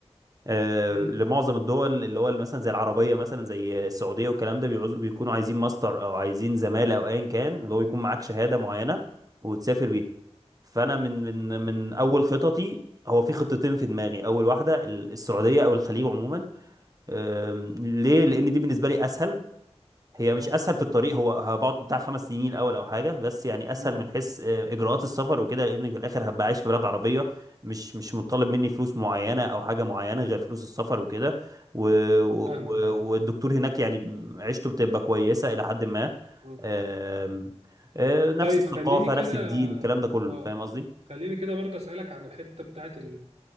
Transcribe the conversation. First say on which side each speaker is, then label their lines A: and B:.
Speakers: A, on the right; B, on the right.
A: آه،
B: امم
A: لمعظم الدول اللي هو مثلا زي العربيه مثلا زي السعوديه والكلام ده بيعوزوا بيكونوا عايزين ماستر او عايزين زماله او ايا كان اللي هو يكون معاك شهاده معينه وتسافر بيها فانا من من من اول
B: أمم.
A: خططي هو في خطتين في دماغي اول واحده ال- السعوديه او الخليج عموما آم، ليه لان دي بالنسبه لي اسهل هي مش
B: اه
A: اسهل في الطريق هو هبقعد بتاع خمس سنين الاول او حاجه بس يعني اسهل
B: امم
A: من حيث آه، اجراءات السفر وكده لان في الاخر هبقى عايش في بلد عربيه مش مش مطالب مني فلوس معينه او حاجه معينه غير فلوس السفر وكده و... و...
B: فاهمك فاهم
A: والدكتور هناك يعني عيشته بتبقى كويسه الى حد ما
B: أمم.
A: آم، آه، نفس
B: طيب
A: الثقافه
B: خليني كده
A: نفس الدين الكلام ده كله
B: اه
A: فاهم قصدي؟
B: خليني كده برضه اسالك عن الحته بتاعت